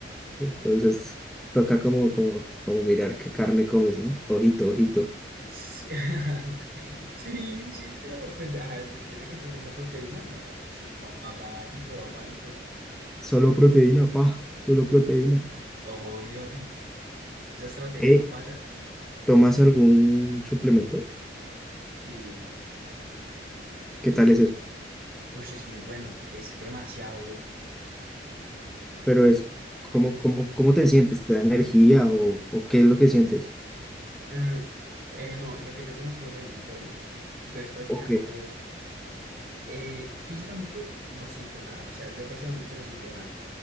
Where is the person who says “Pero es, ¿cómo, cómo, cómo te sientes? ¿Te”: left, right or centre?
Centre